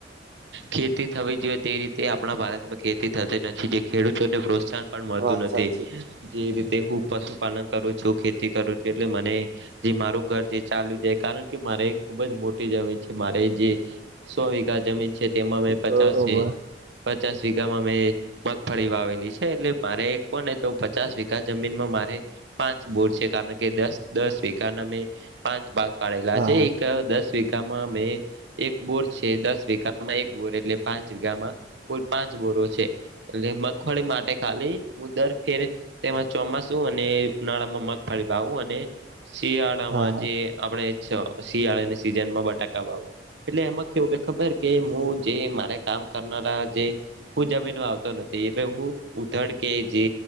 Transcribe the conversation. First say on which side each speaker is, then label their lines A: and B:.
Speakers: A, on the right; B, on the right.
A: ખેતી થવી જોઈએ તે રીતે આપણા ભારતમાં ખેતી થતી નથી જે ખેડૂતોને પ્રોત્સાહન પણ મળતું
B: વાત
A: નથી
B: સાચી
A: જે રીતે હું પશુપાલન કરું છું ખેતી કરું છું એટલે મને જે મારું ઘર જે ચાલુ જાય કારણ કે મારે ખુબ જ મોટી જમીન છે મારે જે સો વીઘા જમીન છે તેમાં મે પચાસી
B: બરોબર
A: પચાસ વીઘામાં મેં મગફળી વાલી છે એટલે મારે કોને તો પચાસ વીઘા જમીન માં પાંચ બોર છે કારણ કે દસ દસ વિઘાના મેં પાંચ ભાગ પાડેલા
B: હા
A: છે
B: હા
A: એક દસ વઘામાં મેં એક બોર છે દસ વીઘામાં એક બોર એટલે પાંચ વિીઘામાં કુલ પાંચ બોરો છે એટ મગફળી માટે ખાલી હું દર ફેર તેમાં ચોમાસા અને ઉનાળામાં મગફાળી વાવું અને શિયાળામાં
B: હા
A: જે આપણે શિયાળાની સીઝન માં બટાકા વાવું એટલે એમાં કેવું કે ખબર કે હું જે મારે કામ કરનારા જે હું જમીનમાં વાવતો નથી એટલે હું ઉથડ કે જે